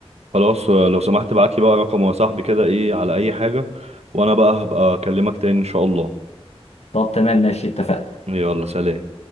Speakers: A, on the right; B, on the left.
A: خلاص آه، لو سمحت ابعت لي بقى رقمه يا صاحبي كده ايه على اي حاجة وانا بقى هبقى اكلمك تاني ان شاء الله
B: طب تمام ماشي اتفقنا
A: يلا سلام